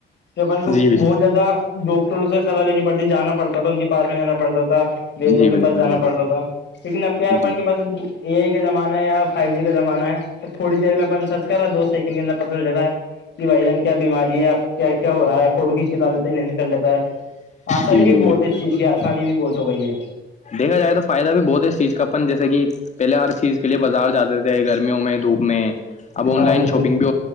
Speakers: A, on the left; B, on the left.
A: تو اپن کو
B: جی جی
A: بہت زیادہ ڈ تو سے صلاح لینی پڑتی ت جانا پڑتا تھا ان کے پس میں جانا پڑتا تھا ویدوں
B: جی
A: کے
B: بالکل
A: پاس جانا
B: بالکل
A: پڑتا تھا لیکن اب کیا ہے
B: جی
A: اپ ان کے پاس اے آئی کا جمانہ ہے یا فائیو جی کا زمانہ ہے فور جی میں سرچ کرا دو س اندر پتا چل جاتا ہے کہ بھائی جان کیا ب بیماری ہے اب کیا ہو رہا ہے فوٹو کھینچ کے ڈال کر لیتا ہے آسانی
B: جی
A: بھی
B: جی بالکل
A: بہت ہے اس
B: بالکل
A: چیز کی آسانی بھی بہت ہو گئی ہے
B: دیکھا جائے تو فائدہ بھی بہت ہے اس چیز کا اپن جیسے کہ پہلے ہر چیز کے لیے بازار جاتے تھے ے گرمیوں میں دھوپ میں اب آن
A: ہاں
B: لائن
A: بالکل
B: شاپنگ بھی